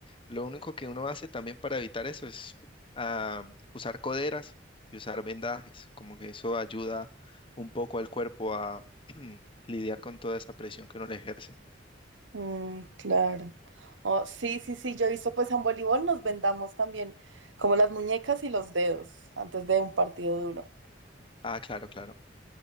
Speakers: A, on the left; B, on the right.
A: Lo único que uno hace también para evitar eso es ah, usar coderas y usar vendajes, como que eso ayuda un poco al cuerpo a <clears throat> lidiar con toda esa presión que uno le ejerce.
B: Mm, claro. Oh, sí, sí, sí, yo he visto pues en voleibol nos vendamos también como las muñecas y los dedos antes de un partido duro.
A: Ah, claro, claro.